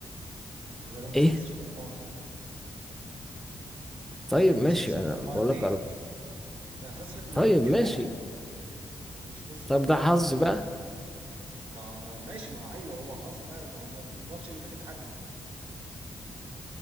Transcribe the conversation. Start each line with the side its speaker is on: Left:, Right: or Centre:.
Right: بيراميدز
Centre: ايه
Right: خسرت اربعه فعلا
Centre: طيب
Right: بيراميدز
Centre: ماشي
Right: خسرت
Centre: انا
Right: 4
Centre: بقول
Right: 2
Centre: لك أربعة
Right: ما خسرت من
Centre: طيب
Right: البنك
Centre: ماشي
Right: الاهلي مش خسرت
Centre: طب
Right: يعني
Centre: ده حظ
Right: من
Centre: بقى
Right: ما ما ماشي ما هو ايوه هو حظ فعلا ما هو الماتش اللي فات اتعادلوا